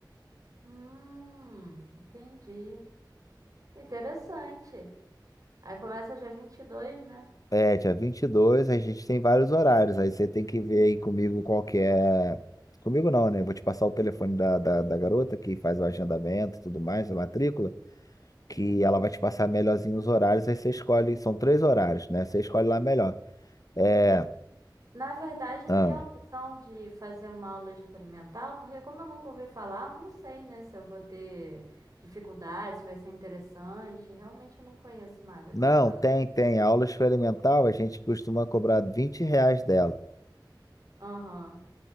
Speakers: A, on the right (about 45°); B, on the left (about 45°).
A: Hum, entendi. Interessante. Aí começa dia vinte e dois né?
B: É, dia 22. a gente tem vários horários, aí você tem que ver aí comigo qual que é. Comigo não, né? Eu Vou te passar o telefone da, da, da garota que faz o agendamento e tudo mais, a matrícula. que ela vai te passar melhorzinho os horários, aí você escolhe, são três horários, né? Você escolhe lá melhor. É,
A: Na verdade,
B: ah,
A: tem a opção de fazer uma aula experimental, porque como eu nunca ouvi falar, eu não sei, né, se eu vou ter dificuldade, se vai ser interessante. Realmente eu não conheço nada
B: não,
A: dessa.
B: tem, tem. A aula experimental a gente costuma cobrar 20 reais dela.
A: Aham.